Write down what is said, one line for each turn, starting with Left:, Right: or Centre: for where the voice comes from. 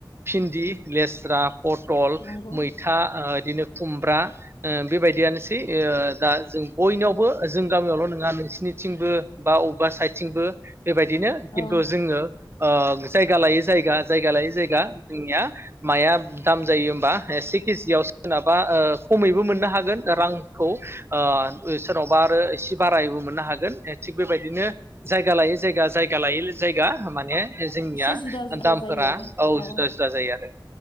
Right: भिन्दि लेस पथल,
Left: नंगौ
Right: मैथा बिदिनो खुमब्रा, ओ बेबायदियानोसै ओ दा जों बयनयावबो जों गामियावल नङा नोंसिनिथिंबो बा बबेबा साइदथिंबो बेबायदिनो
Left: औ-औ-औ-औ-औ-औ
Right: खिन्थु जोङो ओ जायगा लायै जायगा जायगा लायै जायगा जोंनिया माया दाम जायो होमबा से केजियाव सोरनाबा ओ खमैबो मोननो हागोन रांखौ ओ सोरनावबा आरो एसे बारायबो मोननो हागोन थिग बेबायदिनो जायगा लायै जायगा जायगा लायै जायगा माने जोंनिया
Left: एसे जुदा जुदा
Right: दामफोरा
Left: जायो
Right: औ
Left: आरो
Right: जुदा जुदा जायो आरो